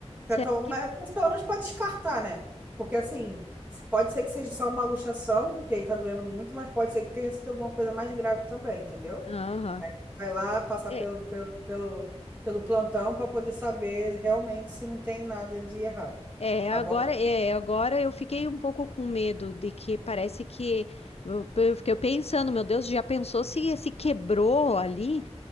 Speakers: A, on the left; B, on the right.
A: Será
B: Pra tomar,
A: que...
B: mas pelo menos pra descartar, né? Porque assim, se- pode ser que seja só uma luxação, porque aí tá doendo muito, mas pode ser que tenha sido alguma coisa mais grave também, entendeu?
A: Aham.
B: Aí vai lá passar
A: É,
B: pelo, pelo, pelo, pelo plantão pra poder saber realmente se não tem nada de errado.
A: é,
B: Tá
A: agora,
B: bom?
A: é, agora eu fiquei um pouco com medo de que parece que... Eu, eu fiquei pensando, meu Deus, já pensou se se quebrou ali?